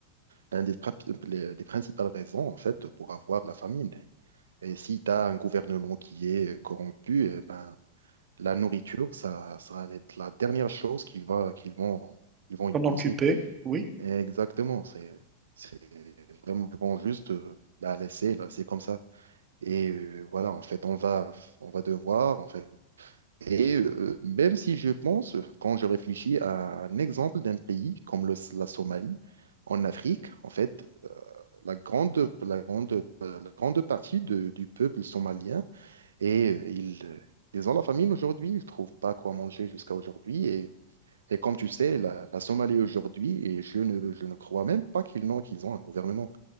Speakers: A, on the right (about 85°); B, on the right (about 30°).
A: l'un des, prap- les- des principales raisons en fait pour avoir la famine. Et si tu as un gouvernement qui est corrompu, eh ben, la nourriture, ça sera la la dernière chose qu'ils va, qu'ils vont, ils vont y
B: T'en
A: penser.
B: occuper? Oui,
A: exactement, c'est, c'est vraiment ils vont juste euh, la laisser, là, c'est comme ça. Et euh, voilà, en fait, on va, on va devoir, en fait et euh, même si je pense, quand je réfléchis à un exemple d'un pays comme le- la Somalie, en Afrique, en fait, la grande, la grande, euh, la grande partie de- du peuple somalien, et euh, ils, euh, ils ont la famine aujourd'hui, ils ne trouvent pas quoi manger jusqu'à aujourd'hui. Et, et comme tu sais, la, la Somalie aujourd'hui, et je ne, je ne crois même pas qu'ils n'ont, qu'ils ont un gouvernement.